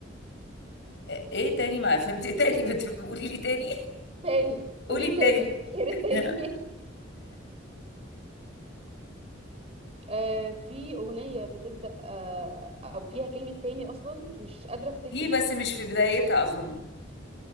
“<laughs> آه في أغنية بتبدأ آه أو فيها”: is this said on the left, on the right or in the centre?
Right